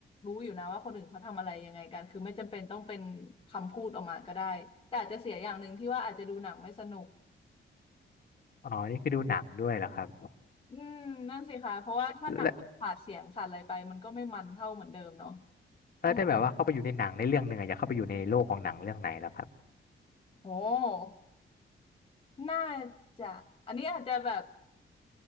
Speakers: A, on the left; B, on the left.
A: รู้อยู่นะว่าคนอื่นเขาทำอะไรยังไงกัน คือไม่จำเป็นต้องเป็นคำพูดออกมาก็ได้ แต่อาจจะเสียอย่างหนึ่งที่ว่าอาจจะดูหนังไม่สนุก
B: อ๋อนี่คือดูหนังด้วยเหรอครับ
A: อืมนั่นสิคะเพราะว่าถ้าหนังขาดเสียงขาดอะไรไปมันก็ไม่มันเท่าเหมือนเดิมเนาะ
B: แล้วแล้วถ้าแบบว่าเข้าไปอยู่ในหนังในเรื่องหนึ่งอะอยากเข้าไปอยู่ในโลกของหนังเรื่องไหนเหรอครับ
A: อืมโอ้น่าจะอันนี้อาจจะแบบ